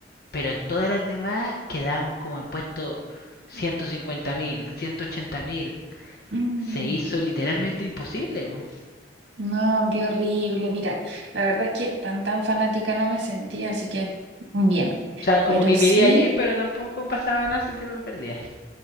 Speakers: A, on the left; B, on the right.
A: Pero en todas las demás quedábamos como en puesto 150 mil, 180 mil.
B: Mm.
A: Se hizo literalmente imposible. po.
B: No, qué horrible. Mira, la verdad es que tan tan fanática no me sentía, así que bien.
A: O sea, como
B: Pero
A: que
B: sí,
A: quería ir, pero tampoco pasaba nada si te lo perdías.